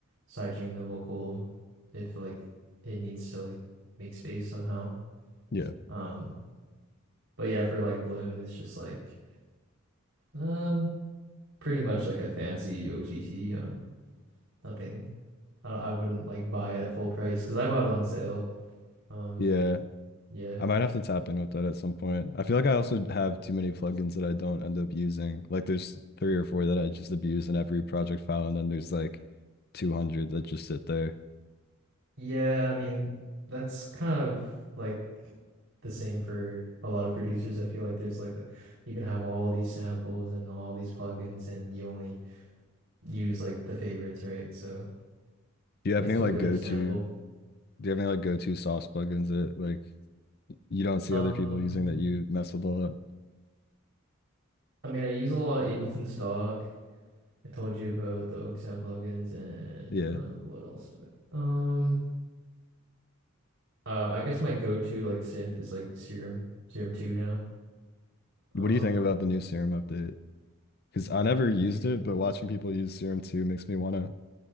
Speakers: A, on the right (about 70°); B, on the left (about 50°).
A: sidechain the vocal if like it needs to like make space somehow.
B: Yeah.
A: Um, but yeah, for like Bloom, it's just like um pretty much like a fancy OTT on know nothing. I don't- I wouldn't like buy it at full price because I bought it on sale. Um,
B: Yeah.
A: yeah.
B: I might have to tap in with that at some point. I feel like I also have too many plugins that I don't end up using. Like there's three or four that I just abuse in every project file, and then there's like 200 that just sit there.
A: Yeah, I mean, that's kind of like the same for a lot of producers. I feel like there's like a, you can have all these samples and all these plugins and you only use like the favorites, right? So
B: Do you
A: that's
B: have any
A: totally
B: like
A: understandable.
B: go-to? Do you have any like go-to sauce plugins that like you don't see
A: Um,
B: other people using that you mess with all that.
A: I mean, I use a lot of Ableton stock. I told you about the Oak Sound plugins and
B: Yeah.
A: uh, what else do I? Um, uh, I guess my go-to like synth is like Serum, Serum 2 now. Um,
B: What do you think about the new Serum update? Because I never
A: Serum
B: used
A: 2.
B: it, but watching people use Serum 2 makes me want to